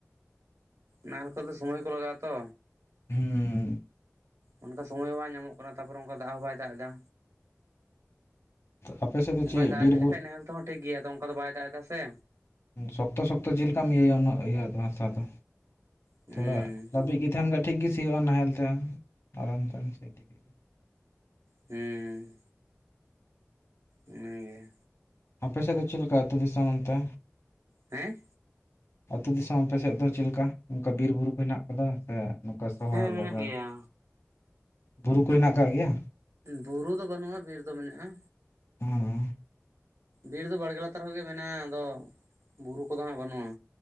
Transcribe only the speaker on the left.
ᱦᱩᱸ᱾
ᱛᱚ ᱟᱯᱮ ᱥᱮᱫ ᱫᱚ
ᱪᱮᱫ
ᱵᱤᱨ
ᱵᱩᱨᱩ
ᱥᱚᱠᱛᱚ-ᱥᱚᱠᱛᱚ ᱡᱮ ᱞᱮᱠᱟᱢ ᱤᱭᱟᱹᱭᱟ ᱩᱱᱟᱹᱜ ᱤᱭᱟᱹ ᱫᱚ ᱦᱟᱥᱟ ᱫᱚ᱾
ᱛᱷᱚᱲᱟ ᱞᱟᱹᱵᱤᱫ ᱜᱤ ᱛᱮᱦᱮᱱ ᱠᱦᱟᱡ ᱴᱷᱤᱠ ᱜᱤ ᱥᱤᱭᱳᱜ-ᱟ ᱱᱟᱦᱮᱞ ᱛᱮ, ᱟᱨᱟᱢ ᱛᱮᱢ ᱥᱤ ᱤᱫᱤ ᱠᱮᱜ ᱜᱤ᱾
ᱟᱯᱮᱥᱮᱫ ᱫᱚ ᱪᱮᱫ ᱞᱮᱠᱟ ᱟᱹᱛᱩ ᱫᱤᱥᱚᱢ ᱚᱱᱛᱮ?
ᱟᱹᱛᱩ ᱫᱤᱥᱚᱢ ᱟᱯᱮ ᱥᱮᱫ ᱫᱚ ᱪᱮᱫ ᱞᱮᱠᱟ ᱚᱱᱠᱟ ᱵᱤᱨ-ᱵᱩᱨᱩ ᱠᱚ ᱦᱮᱱᱟᱜ ᱠᱟᱫᱟ? ᱠᱟ ᱱᱚᱠᱟ ᱥᱚᱦᱚᱨ
ᱵᱟᱡᱟᱨ,
ᱵᱩᱨᱩ ᱠᱚ ᱦᱮᱱᱟᱜ ᱠᱟᱫ ᱜᱮᱭᱟ?
ᱦᱩᱸ,